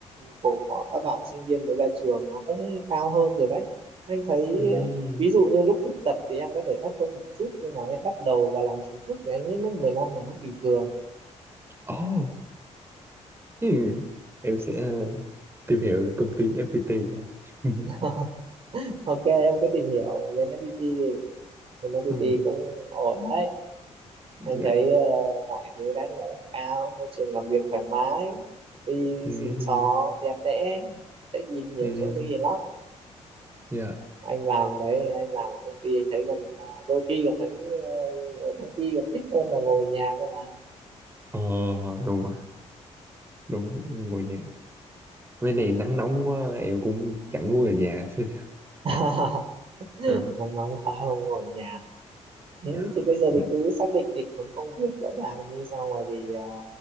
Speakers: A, on the right; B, on the right.
A: của, của các bạn sinh viên mới ra trường nó cũng cao hơn rồi đấy. Anh thấy
B: Ừ.
A: ờ, ví dụ như lúc thực tập thì em có thể thấp hơn một chút nhưng mà em bắt đầu vào làm chính thức thì anh nghĩ mức 15 là mức bình thường.
B: Ồ. Ừ. Em sẽ ờ, tìm hiểu về công ty FPT của ông. <laughs>
A: <laughs> Ok em cứ tìm hiểu lên FPT đi. Lên FPT
B: ừ,
A: cũng ổn đấy.
B: dạ
A: anh thấy ờ, mọi thứ đãi ngộ cao môi trường làm việc thoải mái đi
B: ừ,
A: xịn xò đẹp đẽ check in nhiều
B: ừ,
A: chỗ check in lắm
B: dạ
A: anh làm đấy anh làm ở công ty anh thấy còn à, đôi khi còn thấy ờ, ở công ty còn thích hơn là ngồi ở nhà cơ mà
B: ờ đúng rồi đúng rồi ngồi nhà mấy này nắng nóng quá em cũng chẳng muốn về nhà xíu nào
A: <laughs>
B: Ờ,
A: nắng nóng quá không ngồi ở nhà Ừ,
B: dạ
A: thì bây giờ
B: đúng
A: thì cứ
B: rồi.
A: xác định định hướng công việc rõ ràng đi xong rồi thì à,